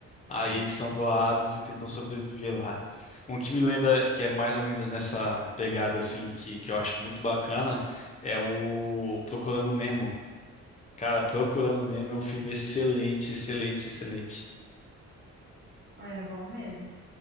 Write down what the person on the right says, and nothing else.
Isso.
É bom mesmo. <laughs>